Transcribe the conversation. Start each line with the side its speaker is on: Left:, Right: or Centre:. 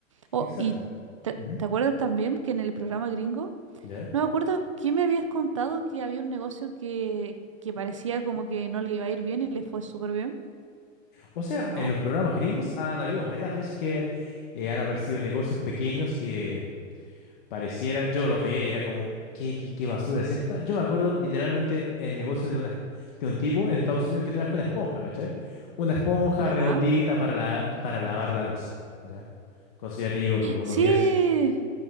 Right: Oh,
Left: Exacto.
Right: y te,
Left: Ujú,
Right: ¿te acuerdas también que en el programa gringo,
Left: ¿Ya?
Right: no me acuerdo quién me habías contado que había un negocio que, que parecía como que no le iba a ir bien y le fue súper bien,
Left: O sea,
Right: ¿o no?
Left: en los programas gringos han habido varias veces que eh, han aparecido negocios pequeños que pareciera, yo los veía y era como, ¿qué, qué, qué basura es esta? Yo me acuerdo literalmente el negocio de, una, de un tipo en Estados Unidos que trajo una esponja, ¿cachai? Una esponja
Right: Ya.
Left: redondita para, la, para lavar la loza, ¿ya? Con eso ya te digo todo, uno
Right: Sí,
Left: piensa.